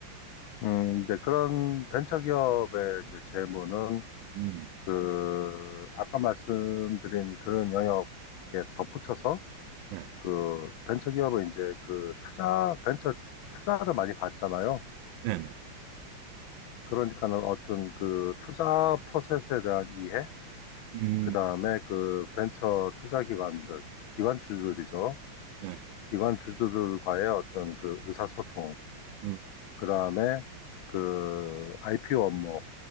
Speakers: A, on the left; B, on the right.
A: 음, 이제 그런 벤처기업의 이제 재무는
B: 음,
A: 그, 아까 말씀드린 그런 영역에 덧붙여서
B: 네,
A: 그 벤처기업은 이제 그 투자, 벤처 투자를 많이 받잖아요.
B: 네, 네.
A: 그러니까는 어떤 그 투자 프로세스에 대한 이해,
B: 네.
A: 그 다음에 그 벤처 투자 기관들, 기관 주주들이죠.
B: 네.
A: 기관 주주들과의 어떤 그 의사소통,
B: 음.
A: 그 다음에 그 IPO 업무,